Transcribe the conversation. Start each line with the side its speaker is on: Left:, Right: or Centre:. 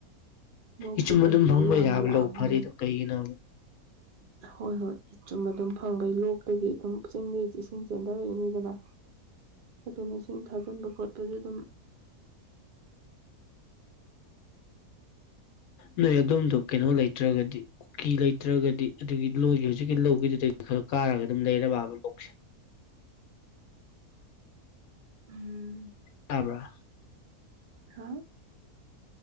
Right: ꯂꯣꯛꯀꯤ
Left: ꯏꯆꯨꯝ
Right: ꯄꯜꯂꯤꯗꯣ
Left: ꯑꯗꯨꯝ ꯐꯪꯕꯩꯔꯕ
Right: ꯌꯥꯝ ꯋꯥꯡꯕꯅꯦꯕ
Left: ꯂꯧ ꯐꯔꯤꯗꯣ ꯀꯩꯒꯤꯅꯣꯕ
Right: ꯍꯣꯏ ꯍꯣꯏ ꯏꯆꯨꯝ ꯑꯗꯨꯝ ꯐꯪꯕꯩ ꯂꯣꯛꯇꯒꯤ ꯑꯗꯨꯝ ꯆꯤꯡꯗꯒꯤ ꯏꯁꯤꯡ ꯆꯦꯟꯊꯔꯛꯏꯅꯤꯗꯅ
Left: <unintelligible>
Right: ꯑꯗꯨꯝ ꯏꯁꯤꯡ ꯊꯥꯖꯤꯟꯕ ꯈꯣꯠꯄꯁꯨ ꯑꯗꯨꯝ
Left: ꯅꯣꯏ ꯑꯗꯣꯝꯗꯣ ꯀꯩꯅꯣ ꯂꯩꯇ꯭ꯔꯒꯗꯤ ꯀꯨꯀꯤ ꯂꯩꯇ꯭ꯔꯒꯗꯤ ꯑꯗꯨꯒꯤ ꯂꯣꯏꯒꯤ ꯍꯧꯖꯤꯛꯀꯤ ꯂꯧꯒꯤꯗꯨꯗꯒꯤ ꯈꯔ ꯀꯥꯔꯒ ꯑꯗꯨꯝ ꯂꯩꯔꯕꯕ ꯂꯣꯛꯁꯦ
Right: ꯎꯝ
Left: ꯇꯥꯕ꯭ꯔ
Right: ꯍꯥꯥꯎ